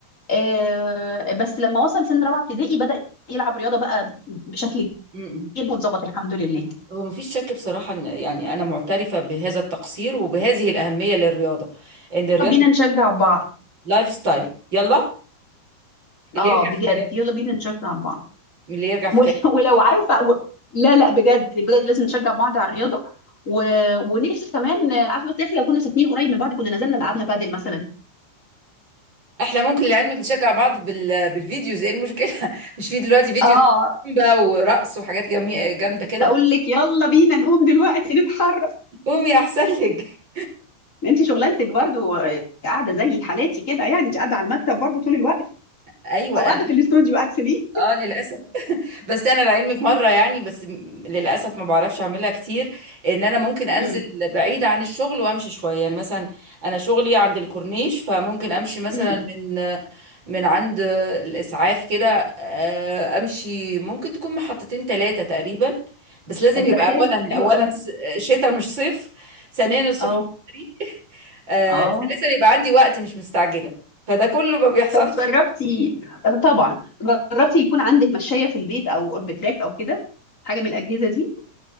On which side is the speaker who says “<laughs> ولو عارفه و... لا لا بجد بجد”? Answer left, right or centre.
Left